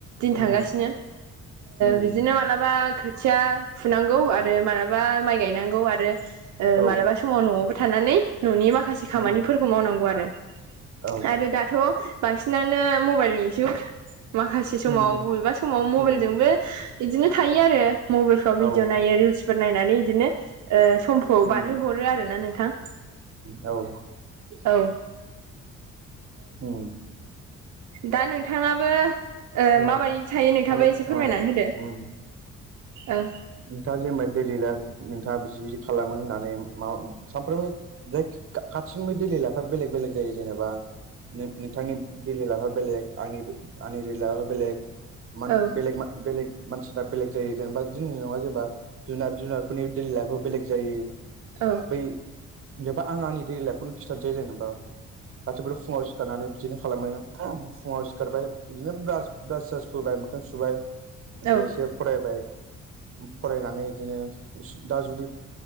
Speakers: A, on the right; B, on the right.
A: दिन
B: उम
A: थांगासिनो
B: उम
A: बिदिनो मालाबा खोथिया फुनांगौ आरो मालाबा माइ गायनांगौ आरो। ओ
B: औ
A: मालाबा समाव न'आवबो थानानै न'नि माखासे खामानिफोरखौ
B: उम
A: मावनांगौ आरो।
B: औ
A: आरो दाथ' बांसिनानो मबाइलनि जुग माखासे समाव
B: उम
A: बबेबा सम मबाइल
B: उम
A: जोंबो बिदिनो थायो आरो मबाइलफ्राव
B: औ
A: भिडिअ
B: उम
A: नायो रिलस फोर नायनानै बिदिनो ओ समखौ
B: उम
A: बारहोहरो आरोना नोंथां।
B: औ
A: औ ओ।
B: उम
A: दा नोंथाङाबो ओ
B: औ।
A: माबायदि थायो नोंथाबो
B: आं
A: एसे फोरमायनानै
B: औ
A: होदो
B: उम
A: औ
B: नोंथाङा जेनेबा दैलि लाइफ नोंथाङा बिदि बिदि खालामो होननानै माबा सानफ्रामबो <unintelligible> खाथिनिबो दै लाइफा बेलेग बेलेग जायो जेनेबा नोंथांनि दिलि लाइफा बेलेग आंनि आंनि दैलि लायफा बेलेग <unintelligible>
A: औ
B: बेलेग बेलेग मानसिना बेलेग जायो जेनेबा <unintelligible> नङा जेनेबा जार जुनारफोरनि दैलि लायफा बेलेग जायो
A: औ
B: बै जेनेबा आं आंनि दै लाइफखौनो खिन्थानोसै जेनेबा गासिबो फुङाव सिखारनानै बिदिनो खालामो फुङाव सिखारबाय बिदिनो ब्रास सास फोबाय मोखां सुबाय
A: औ
B: एसे फरायबाय फरायनानै बिदिनो दा जुदि